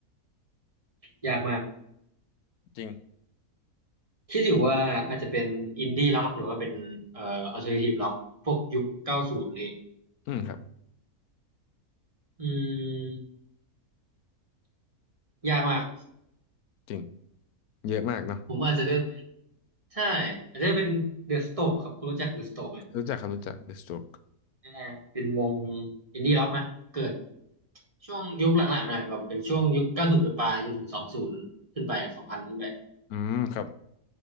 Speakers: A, on the right; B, on the left.
A: อยากมาก
B: จริง
A: คิดอยู่ว่าอาจจะเป็นอินดี้ล็อกหรือว่าเป็นเอ่ออัลเทอร์เนทีฟล็อกพวกยุคเก้าศูนย์นี่
B: อืมครับ
A: อืมยากมาก
B: จริงเยอะมากเนาะ
A: ผมอาจจะเลือกเป็น ใช่อาจจะเป็นเดอะสโตกครับคุณรู้จักเดอะสโตกไหม
B: รู้จักครับรู้จัก The Stroke
A: อ่าเป็นวงอินดี้ร็อกนะเกิดช่วงยุคหลังๆหน่อยแบบเป็นช่วงยุคเก้าศูนย์ปลายๆจนถึงสองศูนย์ขึ้นไปสองพันขึ้นไป
B: อืมครับ